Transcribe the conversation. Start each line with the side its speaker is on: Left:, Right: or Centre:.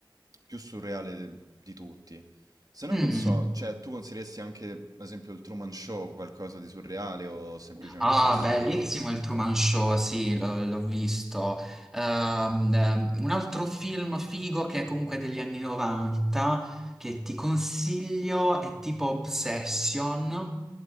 Right: più surreale de- di tutti. Se no
Centre: Mm.
Right: non so, cioè tu consiglieresti anche, ad esempio, il Truman Show qualcosa di surreale o semplicemente
Centre: Ah,
Right: di assurdo?
Centre: bellissimo il Truman Show, sì, l'ho l'ho visto. Ehm, ehm, un altro film figo che è comunque degli anni 90, che ti consiglio, è tipo Obsession,